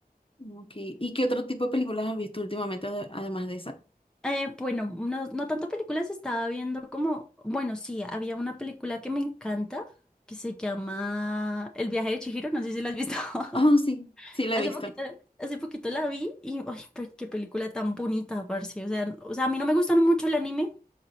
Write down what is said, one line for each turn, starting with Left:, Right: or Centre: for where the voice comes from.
Left: ok. ¿Y qué otro tipo de películas has visto últimamente ade- además de esa?
Centre: Eh, bueno, no, no tanto películas, estaba viendo como, bueno, sí, había una película que me encanta que se llama El viaje de Chihiro, no sé si la has visto. <laughs>
Left: Oh, sí, sí la
Centre: Hace
Left: he visto.
Centre: poquito, hace poquito la vi y, ay, pe- qué película tan bonita, parce. O sea, o sea, a mí no me gustan mucho el anime,